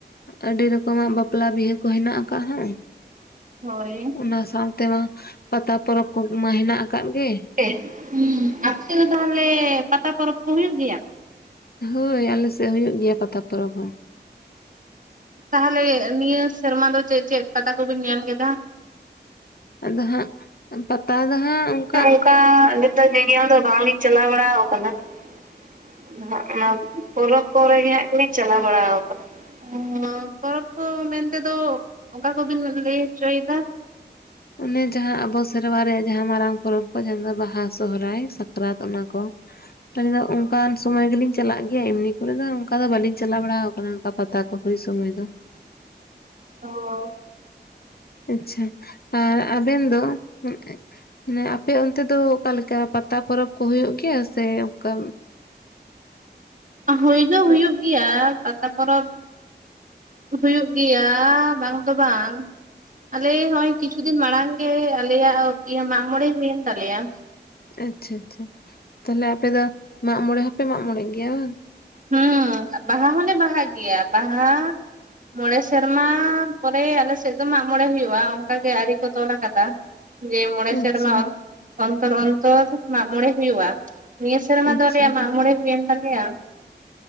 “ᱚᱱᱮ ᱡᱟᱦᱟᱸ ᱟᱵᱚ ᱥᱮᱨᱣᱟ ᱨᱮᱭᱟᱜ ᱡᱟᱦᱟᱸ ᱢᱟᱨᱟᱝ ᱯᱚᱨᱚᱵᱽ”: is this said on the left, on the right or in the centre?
Left